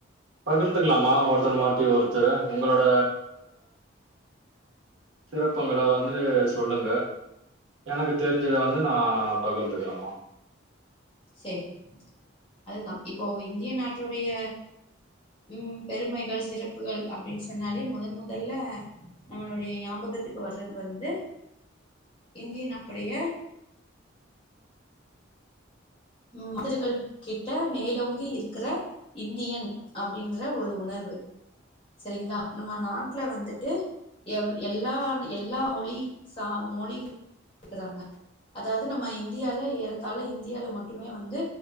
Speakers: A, on the right; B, on the left.
A: பகிர்ந்துக்கலாமா ஒருத்தர் மாத்தி ஒருத்தரு உங்களோட சிறப்புங்களை வந்து சொல்லுங்க எனக்கு தெரிஞ்சத வந்து நா பகிர்ந்துக்கிறமா
B: சேரி அதுதா இப்போ இந்திய நாட்டுடைய உம் பெருமைகள் சிறப்புகள் அப்டின்னு சொன்னாலே முதன் முதல்ல நம்மளுடைய ஞாபகத்துக்கு வர்றது வந்து இந்திய நாட்டுடைய மதர்கள் கிட்ட மேலோங்கி இருக்கிற இந்தியன் அப்டின்ற ஒரு உணர்வு சேரிங்களா நம்ம நாட்ல வந்துட்டு எவ் எல்லா எல்லா மொழி ச மொழி இருக்கறாங்க அதாவது நம்ம இந்தியால ஏறத்தால இந்தியால மட்டுமே வந்து